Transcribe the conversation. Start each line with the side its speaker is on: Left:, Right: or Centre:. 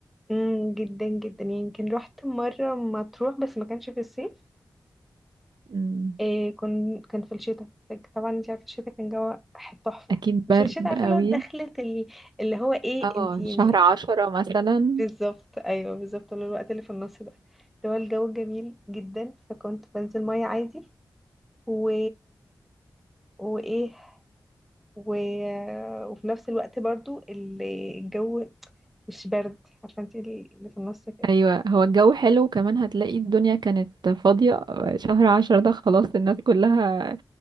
Centre: مم، جدا جدا يعني يمكن رحت مرة مطروح بس ما كانش في الصيف
Right: مم.
Centre: إيه كن كان في الشتاء طبعا انت عارفه الشتاء كان جو ح- تحفه
Right: اكيد
Centre: مش
Right: برد
Centre: الشتاء عارفه
Right: قوي
Centre: اللي هو دخلت ال- اللي هو ايه
Right: اه
Centre: انت يعني
Right: شهر عشرة مثلا
Centre: بالظبط ايوه بالظبط اللي هو الوقت اللي في النص ده اللي هو الجو جميل جدا فكنت بنزل ميه عادي و وايه و... وفي نفس الوقت برضو ال- الجو مش برد عارفه انت اللي في النص كده
Right: ايوه هو الجو حلو وكمان هتلاقي الدنيا كانت فاضية شهر عشرة ده خلاص الناس كلها